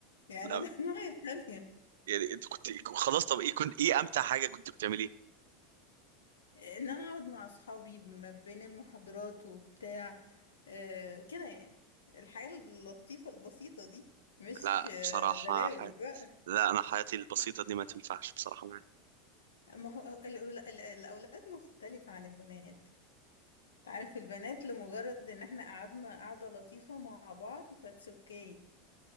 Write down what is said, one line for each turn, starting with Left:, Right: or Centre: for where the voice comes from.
Left: يعني
Right: لا
Left: انا <laughs> دماغي هادية
Right: يعني انت كنت خلاص طب ايه كنت ايه امتع حاجه كنت بتعمليه
Left: ان انا اقعد مع اصحابي ما بين المحاضرات وبتاع آه كده يعني الحياة اللطيفة البسيطة دي مش
Right: لا
Left: آه
Right: بصراحه
Left: بلاوي
Right: حي...
Left: بقى
Right: لا انا حياتي البسيطه دي ما تنفعش بصراحه معايا
Left: ما هو الأول- ال- الاولاد مختلفة عن البنات تعرف البنات لمجرد ان احنا قعدنا قعدة لطيفة مع بعض فاتس اوكي